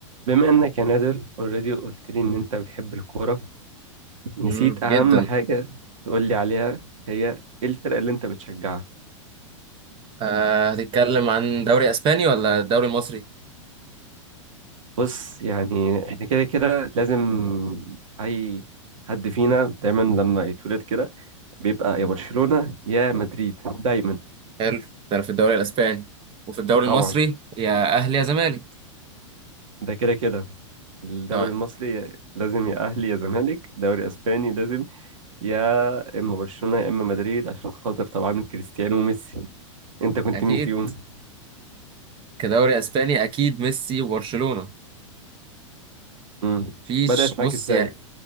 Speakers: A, on the right (about 80°); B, on the right (about 30°).
A: بما انك يا نادر اوريدي قلت لي ان انت بتحب الكوره نسيت
B: مم، جدا
A: اهم حاجه تقول لي عليها هي ايه الفرقه اللي انت بتشجعها
B: آه هتتكلم عن دوري اسباني ولا الدوري المصري
A: بص يعني احنا كده كده لازم اي حد فينا دايما لما يتولد كده بيبقى يا برشلونه يا مدريد دايما
B: حلو ده انا في الدوري الاسباني وفي الدوري
A: طبعا
B: المصري يا اهلي يا زمالك
A: ده كده كده الدوري
B: تمام
A: المصري لازم يا اهلي يا زمالك دوري اسباني لازم يا اما برشلونه يا اما مدريد عشان خاطر طبعا كريستيانو وميسي انت كنت
B: اكيد
A: مين فيهم
B: كدوري اسباني اكيد ميسي وبرشلونة
A: امم
B: فيش
A: بدأت معاك
B: بص
A: ازاي
B: يعني